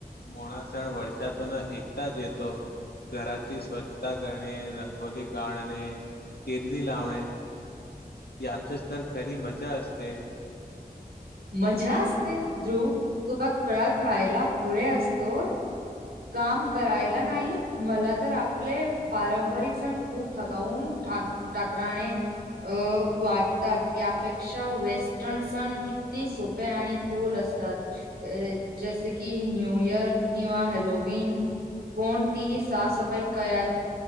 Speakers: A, on the left (about 80°); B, on the right (about 85°).
A: मोळा सण वर्षातून एकटच येतो घराची स्वच्छता करणे रंगोली काढणे केदली लावणे यात्रेस तर खरी मजा असते
B: मजा असते ध्रुव तू फक् परत खायला पुढे असतो काम करायला नाही मला तर आपले पारंपरिक सण खूप थकावून ठा ठाकरराने अ वाटतात त्यापेक्षा वेस्टर्न सण किती सोपे आणि कूल असतात जसे की न्यू इअर किंवा हॅलो कोणतीही साफसफाई कयत